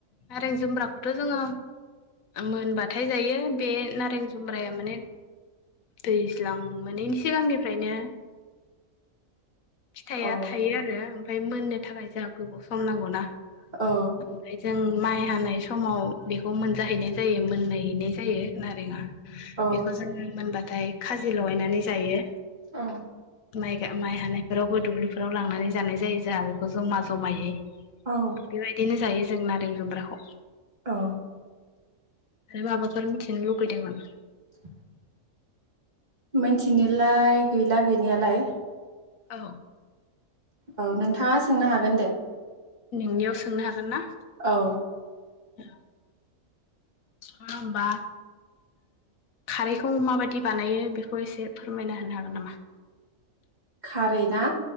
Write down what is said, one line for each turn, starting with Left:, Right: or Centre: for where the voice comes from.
Left: नारें जुम्ब्राखौथ' जोङो मोनबाथाय जायो बे नारें जुम्ब्राया माने दैज्लां मोनैनि सिगांनिफ्रायनो फिथाया
Right: औ
Left: थायो आरो ओमफ्राय मोननो थाखाय जोंहा गोबाव सम सम नांगौ ना
Right: औ
Left: ओमफ्राय जों माइ हानाय समाव। बेखौ मोनजाहैनाय जायो मोन नाय ज
Right: औ
Left: बे ज मोनबा फाय लगायनानै जायो
Right: औ
Left: माइ हानायफोराव <unintelligible> दुब्लिफोराव लांनानै जानाय जायो जोंहा बेखौ जमा जमायै
Right: औ
Left: बेबायदिनो जायो जों नारें जुमब्राखौ।
Right: औ
Left: आरो माबाफोर मिथिनो लुगैदों नामा!
Right: <inaudible> मिथिनोलाय गैला गैनायालाय
Left: औ
Right: औ नोंथाङा सोंनो हागोन दे
Left: नोंनियाव सोंनो हागोन ना?
Right: औ
Left: <inaudible> होमबा खारैखौ माबायदि बानायो बेखौ एसे फोरमायना होनो हागोन नामा?
Right: खारैना?